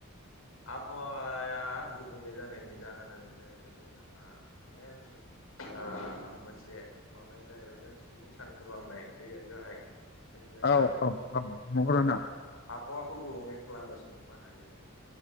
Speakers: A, on the left; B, on the left.
A: आबहावाया गुबुंले जानायनि जाहोनानो जाहैबाय जोंना आ मेन आ मोनसे माबायानो जाहैबाय जों सुबुं सानखो बांनाय बेयो गाहाय। मिथिबाय नोंथां
B: औ औ औ
A: ओ
B: <unintelligible>
A: आबहावाखौ गुबुंले खालामो सुबुं माहारियानो।